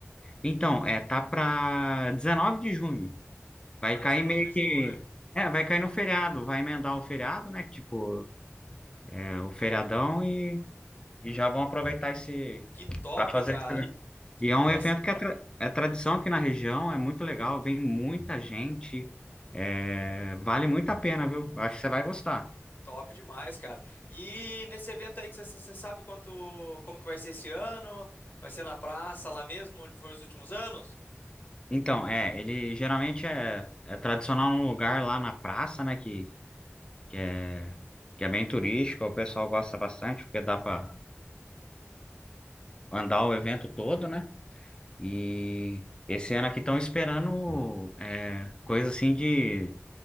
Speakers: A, on the left (about 20°); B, on the left (about 45°).
A: Então, é, tá pra 19 de junho. Vai
B: Ah,
A: cair
B: dezenove
A: meio
B: de junho.
A: que. É, vai cair no feriado, vai emendar o feriado, né? Tipo, é, o feriadão e, e já vão aproveitar esse.
B: Que top,
A: Para fazer.
B: cara!
A: esse- E é um
B: Nossa,
A: evento que é, tra- é tradição aqui na região, é muito legal, vem muita gente, é, vale muito a pena, viu? Eu acho que você vai gostar.
B: top demais, cara. E nesse evento aí que você, você sabe quanto, como que vai ser esse ano? Vai ser na praça, lá mesmo, onde foram os últimos anos?
A: Então, é, ele geralmente é, é tradicional num lugar lá na praça, né? Que, que é, que é bem turístico, o pessoal gosta bastante, porque dá para andar o evento todo, né? E esse ano aqui estão esperando é, coisa assim de,